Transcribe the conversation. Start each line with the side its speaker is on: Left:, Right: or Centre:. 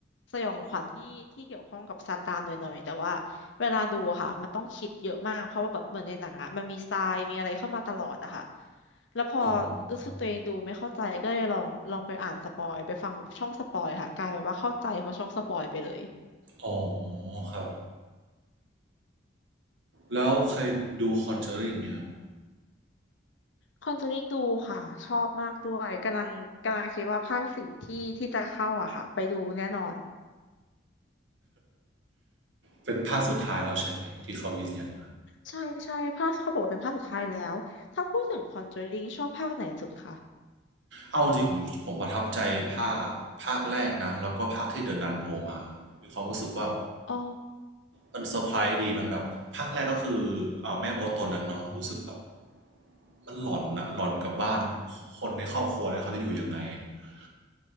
Left: สยองขวัญที่ที่เกี่ยวข้องกับซาตานหน่อยๆแต่ว่าเวลาดูอะค่ะมันต้องคิดเยอะมากเพราะว่าแบบเหมือนในหนังอะมันมีทรายมีอะไรเข้ามาตลอดอะค่ะ แล้วพอ
Right: อ๋อ
Left: รู้สึกตัวเองดูไม่เข้าใจก็เลยลองลองไปอ่านสปอยไปฟังแบบช่องสปอยค่ะกลายเป็นว่าเข้าใจเพราะช่องสปอยไปเลย
Right: อ๋อ ครับ แล้วเคยดูคอนเจอริงไหมครับ
Left: คอนเจอริงดูค่ะชอบมากด้วยกำลังกำลังคิดว่าภาคสี่ที่ที่จะเข้าอะค่ะไปดูแน่นอน
Right: เป็นภาคสุดท้ายแล้วใช่ไหมที่เขายืนยัน
Left: ใช่ใช่ภาคเขาบอกว่าเป็นภาคสุดท้ายแล้วถ้าพูดถึงคอนเจอริงชอบภาคไหนสุดคะ
Right: เอาจริงผมผมประทับใจภาคภาคแรกนะแล้วก็ภาคที่เดินนันโผล่มามีความรู้สึกว่า
Left: อ๋อ
Right: มันเซอร์ไพรส์ดีมันแบบภาคแรกก็คือแม่มดตัวนั้นเนาะรู้สึกแบบมันหลอนอะหลอนกับบ้านคนในครอบครัวนั้นเขาจะอยู่ยังไง <laughs>